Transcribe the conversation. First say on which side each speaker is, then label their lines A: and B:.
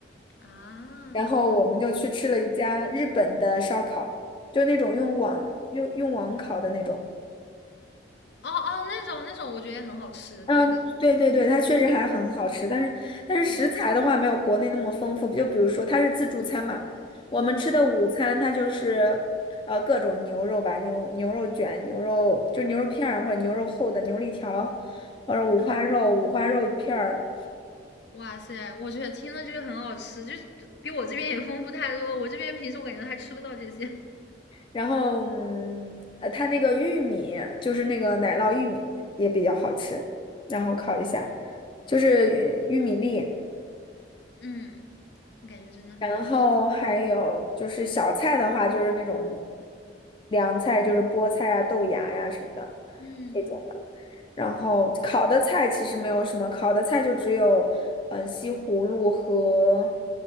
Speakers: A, on the left; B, on the left.
A: 啊，
B: 然后我们就去吃了一家日本的烧烤，就那种用网用用网烤的那种。
A: 哦哦，那种那种我觉得也很好吃，
B: 嗯，
A: 对的，
B: 对对对，它确实还很好吃，但是但是食材的话没有国内那么丰富。
A: 对
B: 就比如说它是自助餐嘛，我们吃的午餐它就是呃各种牛肉吧，牛牛肉卷、牛肉就牛肉片儿或者牛肉厚的牛肋条，或者五花肉、
A: 啊，
B: 五花肉片儿，
A: 哇塞，我觉得听了就是很好吃，就是比我这边也丰富太多了我这边平时我感觉还吃不到这些，<laughs>
B: 然后嗯呃它那个玉米就是那个奶酪玉米也比较好吃，然后烤一下，就是玉玉米粒。
A: 嗯，我感觉真的很不错，
B: 然后还有就是小菜的话，就是那种凉菜，就是菠菜啊、豆芽呀、什么的
A: 嗯。
B: 这种的。然后烤的菜其实没有什么，烤的菜就只有嗯西葫芦和